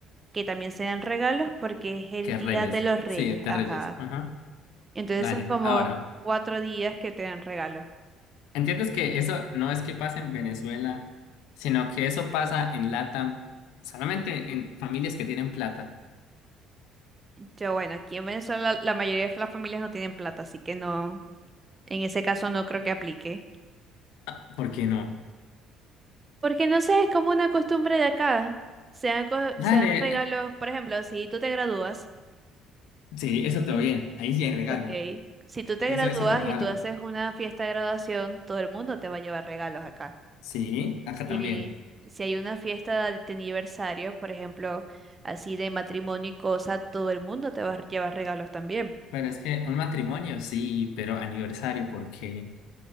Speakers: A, on the right (about 20°); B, on the left (about 85°).
A: que también se dan regalos porque es el
B: que
A: Día
B: Reyes.
A: de los Reyes.
B: Sí, de
A: Ajá.
B: Reyes. Ajá.
A: Entonces
B: Dale,
A: son como
B: ahora,
A: cuatro días que te dan regalo.
B: ¿entiendes que eso no es que pasa en Venezuela, sino que eso pasa en LATAM, solamente en familias que tienen plata?
A: Yo, bueno, aquí en Venezuela la mayoría de las familias no tienen plata, así que no, en ese caso no creo que aplique.
B: Ah, ¿Por qué no?
A: Porque no sé, es como una costumbre de acá. Se dan, co-
B: Dale,
A: se dan regalos, por ejemplo, si tú te gradúas,
B: sí, eso
A: si,
B: te va bien. Ahí sí hay regalo.
A: ok, si tú te
B: Eso,
A: gradúas
B: eso te la
A: y
B: valgo.
A: tú haces una fiesta de graduación, todo el mundo te va a llevar regalos acá.
B: Sí, acá
A: Si
B: también.
A: hay, si hay una fiesta de aniversario, por ejemplo, así de matrimonio y cosa, todo el mundo te va a llevar regalos también.
B: Pero es que un matrimonio sí, pero aniversario, porque.